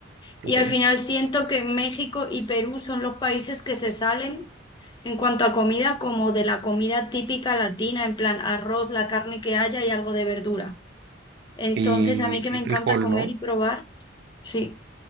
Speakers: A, on the left (about 25°); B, on the right (about 60°).
A: y
B: Ok.
A: al final siento que México y Perú son los países que se salen en cuanto a comida como de la comida típica latina, en plan arroz, la carne que haya y algo de verdura. Entonces
B: Y,
A: a mí que me
B: y frijol,
A: encanta comer
B: ¿no?
A: y probar, sí.